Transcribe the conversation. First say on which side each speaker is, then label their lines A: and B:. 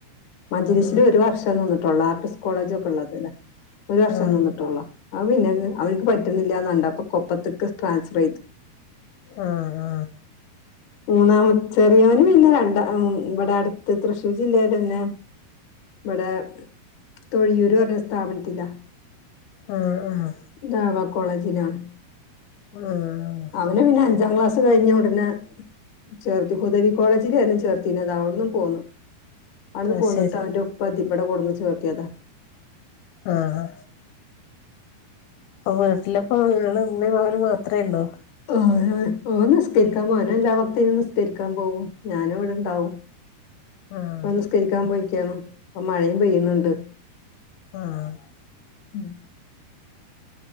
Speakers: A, on the left; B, on the left.
A: മഞ്ജലീശല്
B: ആഹ്
A: ഒരു വർഷം തോന്നിട്ടുള്ളൂ ആർട്ട്സ് കോളേജ് ഒക്കെ ഉള്ളതല്ലേ ഒരു വർഷം
B: ആഹ്
A: നിന്നിട്ടള്ളൂ അവൻ പിന്നെ അവൻ പറ്റില്ലാന് കണ്ടപ്പൊ കൊപ്പത്തക്ക് ട്രാൻസ്ഫർ ചെയ്തു
B: ആഹ് ആഹ്
A: മൂന്നാമൻ ചെറിയോന് പിന്നെ രണ്ട ഇവിടെ അടുത്ത് തൃശ്ശൂർ ജില്ലൽ തന്നെ ഇവിടെ തൊഴിയൂര് പറഞ്ഞ സ്ഥാപനത്തിലാ
B: ആഹ് ആഹ്
A: ദവാ കോളേജിനാണ്
B: ആഹ്
A: അവന പിന്നെ അഞ്ചാം ക്ലാസ് കഴിഞ്ഞ ഉടനെ ചേർത്തി ഹുദവി കോളേജിലായിരുന്നു ചേർത്തിന അത് അവിടന്നും പോന്നു അവിടെന്ന്
B: അത്
A: പോന്നിട്ട്
B: ശരി
A: അവന്റെ ഉപ്പതി ഇവിടെ കൊണ്ട് ചേക്കിയതാ
B: ആഹ് അപ്പൊ വീട്ടിലെപ്പ നിങ്ങള് ഉമ്മയും മകനും മാത്രമേ ഉള്ളൂ
A: ആ ഓ നിസ്കരിക്കാൻ പോന എല്ലാവക്തും നിസ്കരിക്കാൻ പോവും ഞാനിവിടെണ്ടാവും
B: ആഹ്
A: ഓൻ നി സ്കരിക്കാൻ പോയിക്കാണ് ഇപ്പൊ മഴയും പെയ്യുന്നുണ്ട്
B: ആഹ്
A: ഉം